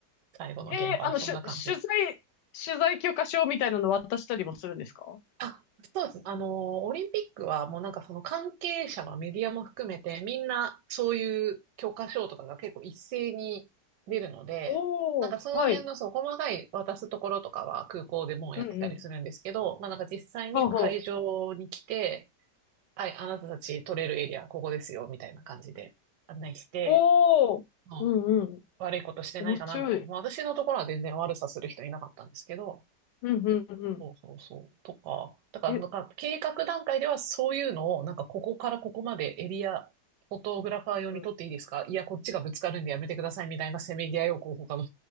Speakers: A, on the right (about 75°); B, on the left (about 80°).
A: 最後の現場はそんな感じ。
B: へえー、あの、しゅ、取材、取材許可証みたいなの渡したりもするんですか
A: あ、そうですね。あの、オリンピックはもうなんかその関係者はメディアも含めてみんなそういう教科書とかが結構一斉に出るので、
B: おー、
A: なんかその辺のそう細かい渡すところとかは空港でもうやってたりするんですけど、
B: はい。うんうん。
A: まあなんか実際に会場に来て、
B: はんはん。
A: はい、あなたたち取れるエリアここですよ、みたいな感じで案内して、
B: おー、
A: うん
B: うんうん。
A: 悪いことしてないかな。
B: 面白い。
A: まあ私のところは全然悪さする人いなかったんですけど、
B: うんうんうん。
A: そうそうそう。とか、だからなんか計画段階ではそういうのを、
B: え、
A: なんかここからここまでエリア、フォトグラファー用に撮っていいですかいや、
B: うん、
A: こっちがぶつかるんでやめてくださいみたいな <laughs> せめぎ合いをこう他の